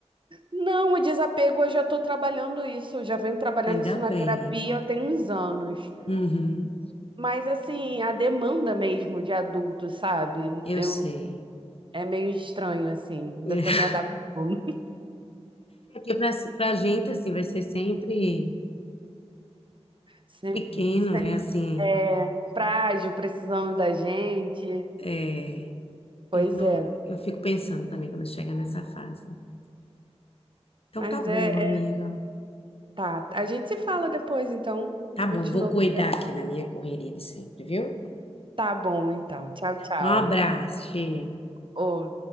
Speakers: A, on the right; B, on the left.
A: Não, o desapego eu já tô trabalhando isso, eu já venho trabalhando
B: Ainda
A: isso na
B: bem.
A: terapia tem uns anos.
B: Uhum.
A: Mas assim, a demanda mesmo de adulto, sabe?
B: Eu
A: Eu,
B: sei.
A: é meio estranho, assim, ainda
B: <laughs>
A: tô me adaptando.
B: É. Porque para a gente, assim, vai ser sempre.
A: <laughs> Sempre,
B: pequeno, né? Assim,
A: é frágil, precisando da gente.
B: é,
A: Pois
B: eu não,
A: é.
B: eu fico pensando também quando chega nessa fase. Então
A: Mas
B: tá bom,
A: é,
B: amiga.
A: é- Tá, a gente se fala depois, então.
B: Tá
A: A gente
B: bom,
A: continua
B: eu vou cuidar
A: conversando.
B: aqui na minha correria de sempre, viu?
A: Tá bom, então. Tchau, tchau.
B: Um abraço, cheiro.
A: Ô,